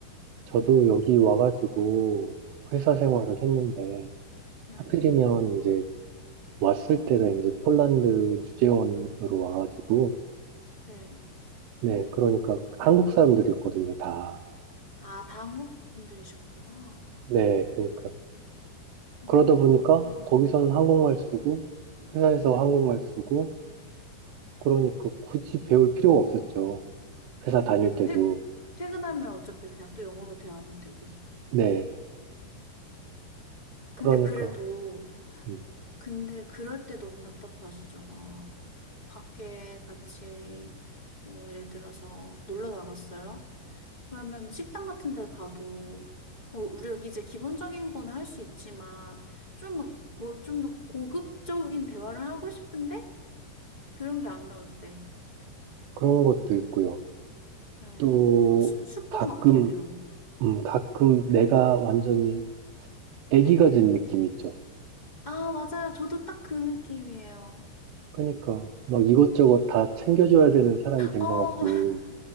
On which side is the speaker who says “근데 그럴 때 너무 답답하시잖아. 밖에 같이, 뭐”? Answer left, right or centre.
Left